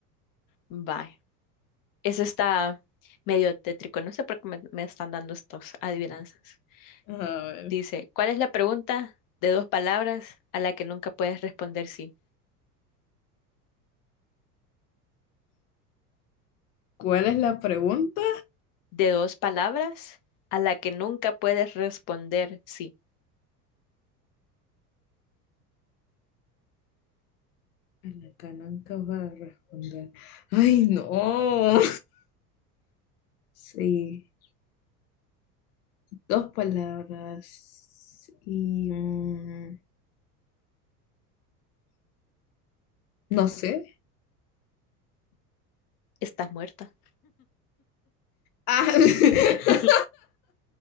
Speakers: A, on the left; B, on the left.
A: Bye. Eso está medio tétrico. No sé por qué me, me están dando estos adivinanzas.
B: A ver,
A: Dice, ¿cuál es la pregunta de dos palabras a la que nunca puedes responder sí?
B: ¿cuál es la pregunta?
A: De dos palabras a la que nunca puedes responder sí.
B: a la cananca va a responder Ay, no. Sí, dos palabras y mm, no sé.
A: Estás muerta.
B: Ah, <laughs>
A: <laughs>